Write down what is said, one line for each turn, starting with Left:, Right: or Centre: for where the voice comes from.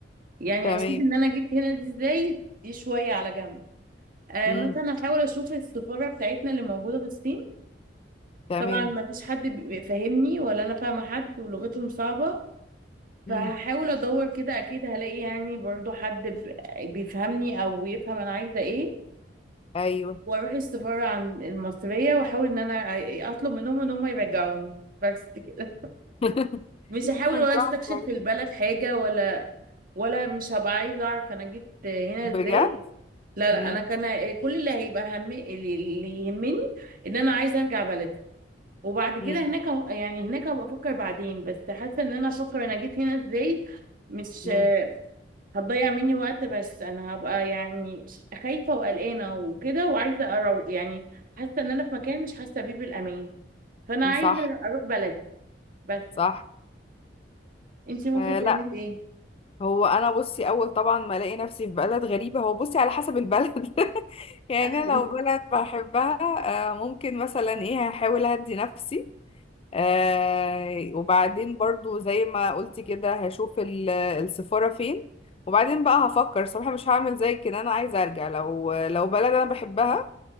Right: يعني
Left: تمام
Right: هسيب ان انا جيت هنا دي ازاي دي شوية على جنب آه
Left: مم.
Right: مثلا احاول اشوف السفارة بتاعتنا اللي موجودة في الصين
Left: تمام
Right: طبعا ما فيش حد بيفهمني ولا انا فاهمة حد ولغتهم صعبة
Left: مم.
Right: فهحاول ادور كده اكيد هلاقي يعني برضو حد ب- بيفهمني او يفهم انا عايزه ايه
Left: ايوه
Right: واروح السفاره عن المصريه واحاول ان انا أ- اطلب منهم ان هم يرجعوني بس كده <laughs>
Left: <laughs>
Right: مش هحاول ولا
Left: برافو
Right: استكشف
Left: عليكي.
Right: في البلد حاجه ولا ولا مش هبقى عايزه اعرف انا جيت هنا
Left: بجد
Right: ازاي لا
Left: مم.
Right: لا انا كان كل اللي هيبقى هم اللي اللي يهمني ان انا عايزه ارجع بلدي وبعد كده
Left: مم.
Right: هناك أه- يعني هناك هبقى افكر بعدين بس حاسه ان انا افكر انا جيت هنا ازاي مش
Left: مم.
Right: هتضيع مني وقت بس انا هبقى يعني خايفة وقلقانة وكده وعايزة اروق يعني حاسة ان انا في مكان مش حاسة بيه بالامان فانا
Left: مم.
Right: عايزة
Left: صح
Right: اروح بلدي بس
Left: صح
Right: انتي ممكن
Left: آه
Right: تعملي
Left: لا
Right: ايه
Left: هو انا بصي اول طبعا ما الاقي نفسي في بلد غريبه هو بصي على حسب البلد <laughs> يعني
Right: ايوه
Left: انا لو بلد بحبها آه ممكن مثلا ايه هحاول اهدي نفسي آه وبعدين برضو زي ما قلتي كده هشوف ال- السفاره فين وبعدين بقى هفكر صراحه مش هعمل زي كده انا عايزه ارجع لو لو بلد انا بحبها